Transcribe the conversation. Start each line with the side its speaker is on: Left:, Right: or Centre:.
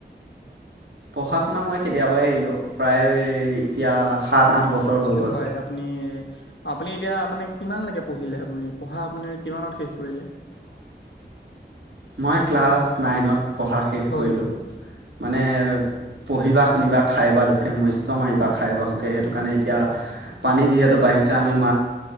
Right: পঢ়া শুনা মই কেতিয়াবাই এৰিলো প্ৰায় এতিয়া সাত আঠ বছৰ হৈ গ'ল
Left: হয় আপনি আপুনি এতিয়া মানে কিমানলৈকে পঢ়িলে আপুনি পঢ়া আপুনি কিমানত শেষ কৰিলে?
Right: <inaudible> মই ক্লাছ নাইনত পঢ়া শেষ
Left: হয়।
Right: কৰিলোঁ মানে পঢ়িবা শুনিবা খাই বা দুখে মস্য মাৰিবা খাই বা সুখে সেইটো কাৰণে এতিয়া পানী যিহেতু ব <unintelligible>